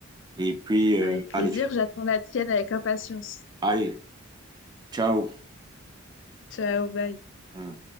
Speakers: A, on the right; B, on the left.
A: Et puis, euh,
B: Avec plaisir,
A: allez,
B: j'attends la tienne avec impatience.
A: allez, ciao.
B: Ciao, bye.
A: Hum.